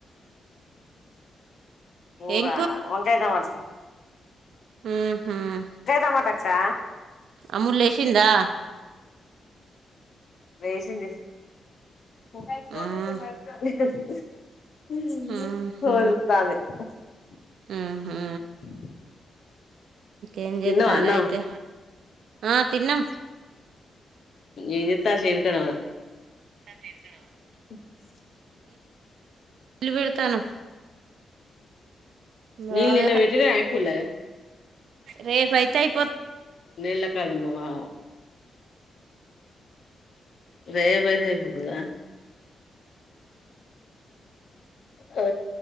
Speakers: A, on the left; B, on the right.
A: కూరా?
B: ఏం
A: వంకాయ టమాట్
B: హ్మ్
A: టమాట అక్క
B: అమ్ము లేసిందా?
A: లేసింది అ
B: ఉమ్,
A: <unintelligible>
B: ఉహు, ఉహు. ఏం జేత్తనారయితే
A: తిన్నవా అన్నం
B: ఆ తిన్నా
A: ఏం చేస్త్ త్తార్ చేను కా డెవరు
B: అదేనా
A: ఎస్
B: ళ్లు పెడతాను బాగా
A: నీళ్ళు నిన్న పెట్టిన ఐ పోలే
B: రేపైతే ఐపోత్
A: నీళ్ల కాడున్నవా రేపైతే ఐపోతదా? ఆ